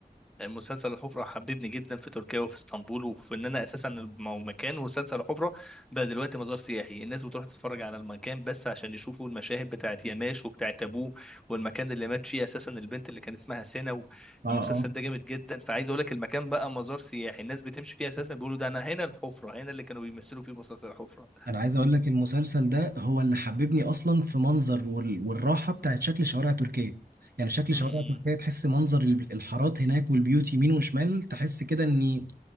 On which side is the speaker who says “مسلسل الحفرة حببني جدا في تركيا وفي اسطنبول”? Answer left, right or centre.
Centre